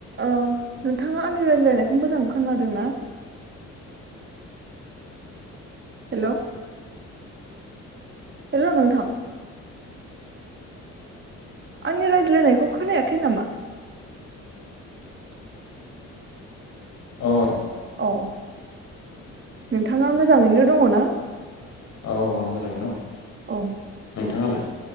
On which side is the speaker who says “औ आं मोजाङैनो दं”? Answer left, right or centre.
Left